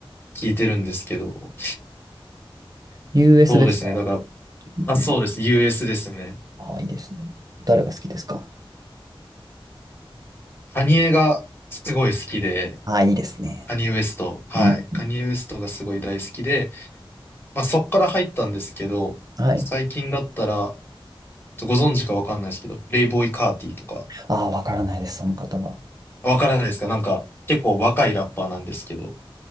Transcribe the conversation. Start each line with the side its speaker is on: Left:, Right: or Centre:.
Left: 聞いてるんですけど。
Right: US
Left: そうですね。
Right: ですか
Left: だから、まあ、
Right: うん
Left: そうです。US ですね。
Right: ああ、いいですね。誰が好きですか
Left: カニエがすごい好きで、
Right: ああ、いいですね。
Left: カニエ・ウエスト。はい。
Right: うん。
Left: カニエ・ウエストがすごい大好きで、まあ、そっから入ったんですけど、
Right: はい。
Left: 最近だったら、ちょっとご存知かわかんないですけど、プレイボーイカーティーとか、
Right: ああ、わからないです、その方は。
Left: わからないですかなんか、結構若いラッパーなんですけど、